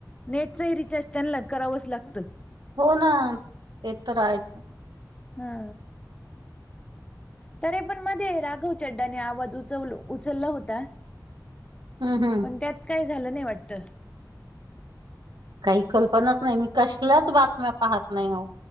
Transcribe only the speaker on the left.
नेटचही रिचार्ज त्यांना करावंच लागतं
हा तरे पण मध्ये राघव चड्डाने आवाज उचवल उचलला होता
पण त्यात काय झालं नाही वाटत